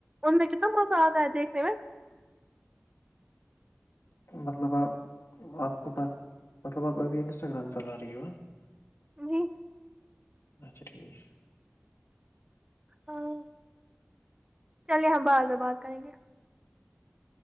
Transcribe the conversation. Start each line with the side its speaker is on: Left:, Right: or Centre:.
Right: ان میں کتنا موزہ آتا ہے دیکھنے میں
Left: مطلب آپ آپ کو مطلب آپ ابھی انسٹاگرام چلا رہی ہو
Right: جی
Left: اچھا ٹھیک
Right: ہاں چلیے ہماں باتد بات کریں گے